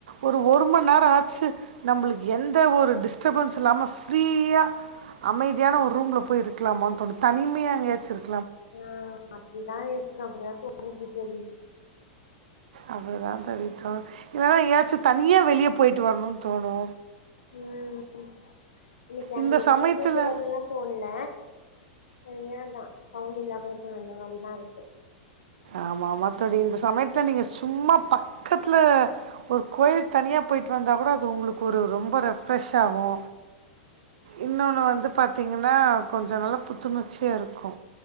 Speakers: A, on the right (about 70°); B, on the left (about 80°).
A: ஒ ஒரு மணி நேர ஆச்சு நம்ளுக்கு எந்த ஒரு டிஸ்டபன்ஸ் இல்லாம ஃப்ரீயா அமைதியான ஒரு ரூம்ல போய் இருக்கலாமானு தோணு தனிமையா எங்காச்சு இருக்
B: ஹ் அப்டிதா இருக்கு அப்டிதா தோனுந்து தோழி
A: அப்டிதா தோழி தோணு இதெல்லா எங்காச்சு தனியா வெளிய போயிட்டு வரணு தோணு
B: ம் இன்னைக்கு அந்த
A: இந்த
B: வெளிய
A: சமயத்தில்
B: போயிட்டு வரனுன்லா தோண்ல தனியாதா சவுண்ட் இல்லாம இருக்கணு அந்த மாரிதா இருக்கு
A: ஆமா ஆமா தோழி இந்த சமயத் த நீங்க சும்மா பக்கத்ல ஒரு கோயில் தனியா போயிட்டு வந்தா கூட அது உங்ளுக்கு ஒரு ரொம் ப ரெஃப்ரஷ் ஆகு
B: ஆஹ
A: இன்னொன்னு வந்து பாத்தீங்கனா கொஞ்சோ நல்லா புத்துணர்ச்சியா இருக்கு